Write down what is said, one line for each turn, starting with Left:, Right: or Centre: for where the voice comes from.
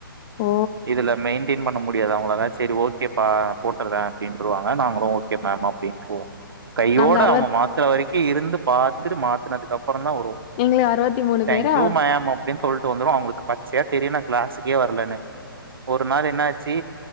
Left: ஓ
Right: இதுல மெயின்டெயின் பண்ண முடியாது அவுங்களால செரி ஓகேப்பா போட்டுர்றே அப்டின்ருவாங்க நாங்களு ஓகே மேம் அப்டின்றுவோ கையோட
Left: நாங்க அறுவத்
Right: அவுங்க மாத் த்துற வரைக்கு இருந்து பாத்துட்டு மாத்துனதுக்கு அப்பறந்தா வருவோ
Left: எங்களுக்கு அறுவத்தி மூணு
Right: தேங்க்யூ
Left: பேரா
Right: மேம் அப் டின்னு சொல்ட்டு வந்துருவோ அவுங்களுக்கு பச்சயா தெரியு நா க்ளாஸுகே வர்லனு ஒரு நாள் என்னாச்சு